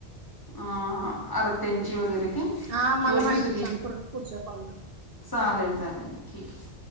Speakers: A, on the left (about 20°); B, on the right (about 60°).
A: अ अ आर्त्यांची वगैरे काय
B: हा
A: किंवा
B: मला माहिती
A: दुसरी
B: सांग पुढच्या कॉलला.
A: चालेल चालेल ठीक आहे.